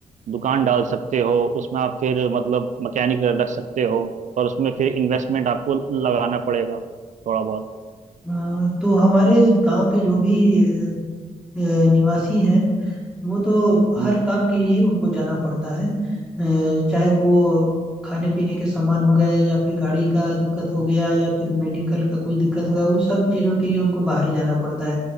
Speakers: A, on the right; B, in the centre.
A: दुकान डाल सकते हो उसमें आप फिर मतलब मैकेनिक रख सकते हो और उसमें फिर इन्वेस्टमेंट आपको लगाना पड़ेगा थोड़ा बहुत
B: अ, तो हमारे गांव के जो भी अ, अ, निवासी हैं वो तो हर
A: हम्म
B: काम के लिए ही उनको जाना पड़ता है अ, चाहे वो खाने पीने के सामान हो गए या फिर गाड़ी का दिक्कत हो
A: हम्म,
B: गया या फिर मेडिकल का कोई दिक्कत हो गया उन सब चीज़ों के लिए उनको बाहर ही जाना पड़ता है